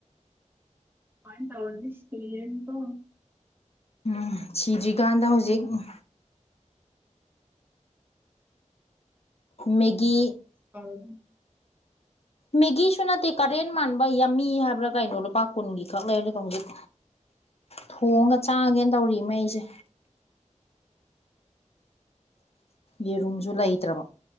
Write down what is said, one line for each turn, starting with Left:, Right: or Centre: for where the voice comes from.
Right: ꯑꯃꯥꯢ ꯇꯧꯔꯗꯤ ꯁꯤꯅꯤ ꯀꯣ
Left: ꯎꯝ ꯁꯤꯗ꯭ꯔꯤꯀꯥꯟꯗ ꯍꯧꯖꯤꯛ ꯎꯝ ꯃꯦꯒꯤ
Right: ꯑꯥꯎ
Left: ꯃꯦꯒꯤꯁꯨ ꯅꯠꯇꯦ ꯀꯔꯦꯟ ꯃꯥꯟꯕ ꯌꯝꯃꯤ ꯍꯥꯏꯕ꯭ꯔꯥ ꯀꯩꯅꯣ ꯂꯨꯄꯥ ꯀꯨꯟꯒꯤ ꯈꯛ ꯂꯩꯔꯒ ꯍꯧꯖꯤꯛ ꯊꯣꯡꯉ ꯆꯥꯒꯦꯅ ꯇꯧꯔꯤ ꯃꯤ ꯑꯩꯁꯦ ꯌꯦꯔꯨꯝꯁꯨ ꯂꯩꯇ꯭ꯔꯥꯕ